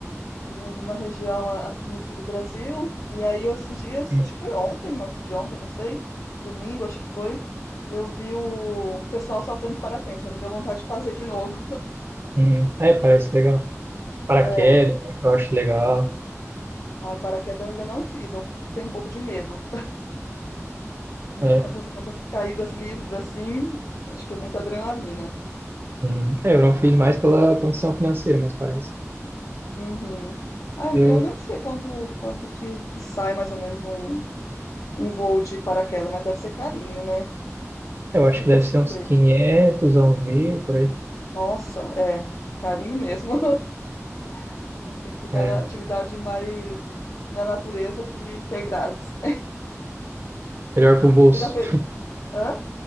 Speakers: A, on the left; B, on the right.
A: num- numa região a- aqui no sul do Brasil, e aí esses dias,
B: hum,
A: acho que foi ontem, ou antes de ontem, não sei, domingo, acho que foi, eu vi o um pessoal saltando de parapente, aí me deu vontade de fazer de novo.
B: hum. É, parece legal. Paraquedas,
A: É,
B: eu acho legal.
A: ai, paraquedas eu ainda não fiz, eu tenho um pouco de medo.
B: É.
A: Essas, essas caídas livres assim, acho que é muita adrenalina.
B: Hum. É, eu não fiz mais pela condição financeira, mas parece.
A: Uhum. Ah, eu
B: Eu,
A: eu não sei quanto, quanto que, que sai mais ou menos um, um voo de paraquedas, mas deve ser carinho, né?
B: eu
A: Nunca
B: acho que
A: pesquisei.
B: deve ser uns 500, a uns mil, por aí.
A: Nossa, é, carinho mesmo. <laughs> Tem que ficar
B: É.
A: na
B: é.
A: atividade mais na natureza que, que é grátis. <laughs>
B: Melhor pro bolso.
A: Você já fez.
B: <laughs>
A: Hã?